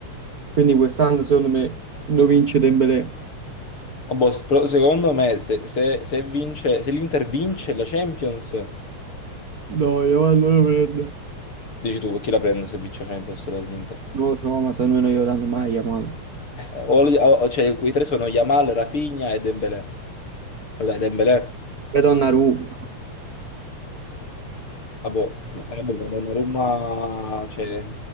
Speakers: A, on the right (about 40°); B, on the left (about 45°).
A: Quindi quest'anno, secondo me, lo vince Dembélé.
B: Ma boh, s- però secondo me, se, se- se vince, se l'Inter vince la Champions,
A: No, Yamal non lo prende.
B: dici tu, chi la prende se vince la Champions la- l'Inter?
A: Non lo so, ma secondo me non glielo danno mai a Yamal.
B: Eh, o- o- cioè, quei tre sono Yamal, Rafinha e Dembélé. Dai, Dembélé.
A: E Donnarumma.
B: Ah, boh, eh, boh, quando a Roma, cioè,